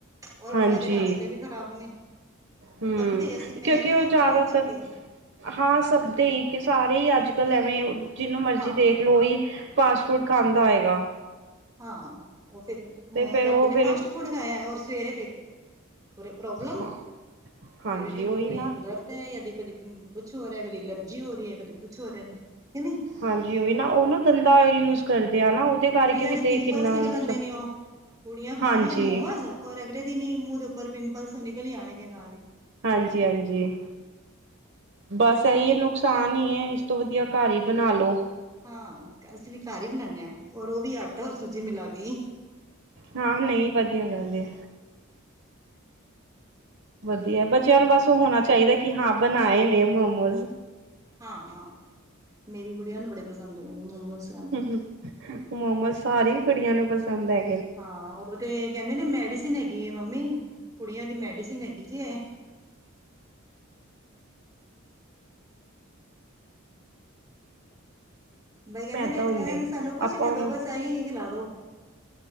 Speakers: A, on the right; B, on the right.
A: ਔਰ ਓਨਾਂ
B: ਹਾਂਜੀ
A: ਦੇ ਹਾਜ਼ਮੇ ਵੀ ਖਰਾਬ ਨੇ।
B: ਹਮ
A: ਸਭ ਦੀ ਅਸੀਂ ਮੈਂ
B: ਕਿਉਂਕਿ
A: ਨੀ
B: ਉਹ
A: ਕੈ
B: ਜ਼ਿਆਦਾਤਰ
A: ਸਭ ਦੀ
B: ਹਾਂ ਸਭ ਦੇ ਈ ਕਿ ਸਾਰੇ ਈ ਅੱਜ-ਕੱਲ ਐਵੇਂ ਜੈਨੂੰ ਮਰਜ਼ੀ
A: ਹਾਂ।
B: ਦੇਖ ਲੋਈ ਫਾਸਟ ਫੂਡ ਖਾਂਦਾ ਆਏਗਾ।
A: ਹਾਂ ਓ ਫੇਰ
B: ਤੇ ਫੇਰ
A: ਰਾਤੀ
B: ਉਹ
A: ਤੇ
B: ਫਿਰ
A: ਫਾਸਟ ਫੁਡ ਖਾਏਆ ਔਰ ਸਵੇਰੇ ਫਿਰ, ਪ੍ਰੋ ਪ੍ਰੋਬਲਮ
B: ਹਾਂ ਹਾਂਜੀ
A: ਸਵੇਰੇ ਫੇਰ ਹੁਨ
B: ਉਹੀ
A: ਬਈ
B: ਨਾ
A: ਅੰਦਰ ਕਦੇ ਕੁੱਛ ਹੋ ਰਿਆ ਕਦੇ ਅਲਰਜੀ ਹੋ ਰਈ ਐ ਕਦੇ ਕੁਛ ਹੋ ਰਿਆ ਕਿ ਨਈਂ
B: ਹਾਂਜੀ ਓਈ ਨਾ ਓਨੂੰ ਗੰਦਾ ਓਇਲ ਯੂਜ਼ ਕਰਦੇ ਆ ਨਾ ਕਰਕੇ
A: ਕੁੜੀਆਂ
B: ਵੀ
A: ਦੇ ਪਿੰਪਲਸ
B: ਤੇ ਕਿੰਨਾ
A: ਨਿਕਲ
B: ਨੁਕਸਾਨ
A: ਆਦੇ ਨੇ ਓ ਕੁੜੀਆਂ ਖਾਨਗੀਆਂ
B: ਹਾਂਜੀ,
A: ਮੋਮਸ। ਔਰ ਅਗਲੇ ਦਿਨ ਈ ਮੂੰਹ ਦੇ ਓਪਰ ਪਿੰਪਸ ਨਿਕਲ ਆਨਗੇ ਨਾਲ ਈ।
B: ਹਾਂਜੀ-ਹਾਂਜੀ। ਬਸ ਏਹੀ ਐ ਨੁਕਸਾਨ ਹੀ ਏਸ ਤੋਂ ਵਦੀਆ ਘਰ ਈ ਬਨਾਲੋ।
A: ਹਾਂ ਅਸੀਂ ਵੀ ਘਰ ਈ ਬਣਾਨੇ ਆ ਔਰ ਓ ਵੀ ਆਟਾ ਔਰ ਸੂਜੀ ਮਿਲਾ ਕੇ ਈ।
B: ਹਾਂ ਨਈਂ ਵਦੀਆ ਗੱਲ ਏ। ਵਦੀਆ ਬੱਚੇਆਂ ਨੂੰ ਬਸ ਓ ਹੋਨਾ ਚਾਈਦਾ ਕਿ ਹਾਂ ਬਨਾਏ ਨੇ ਮੋਮੋਜ਼।
A: ਹਾਂ-ਹਾਂ, ਮੇਰੀ ਗੁੜੀਆਂ ਨੂੰ ਬੜੇ ਪਸੰਦ ਹੈਗੇ ਨੇ ਮੋਮੋਸ। ਖਾਣੇ
B: ਹੂੰ ਮੋਮੋਸ ਸਾਰੀ ਕੁੜੀਆਂ ਨੂੰ ਪਸੰਦ ਐ।
A: ਹਾਂ, ਓ ਤੇ ਕੈਂਦੇ ਨੇ ਮੈਡੀਸਿਨ ਹੈਗੀ ਐ ਮੰਮੀ, ਕੁੜੀਆਂ ਦੀ ਮੈਡੀਸਿਨ ਹੈਗੀ ਜੇ ਏ। ਬਾਈ ਕੈਂਦੀ
B: ਮੈਦਾ ਹੁੰਦਾ ਏ।
A: ਸਾਨੂੰ ਕੁਛ
B: ਆਪਾਂ
A: ਨਾ ਦੋ
B: ਉਹਨੂੰ
A: ਬਸ ਐਹੀ ਖਿਲਾ ਦੋ।